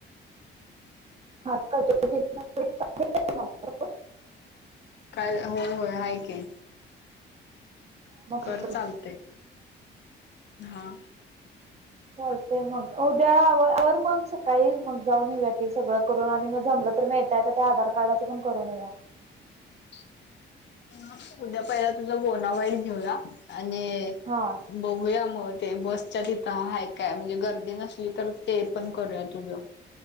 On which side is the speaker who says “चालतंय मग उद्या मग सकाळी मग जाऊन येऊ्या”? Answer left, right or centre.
Right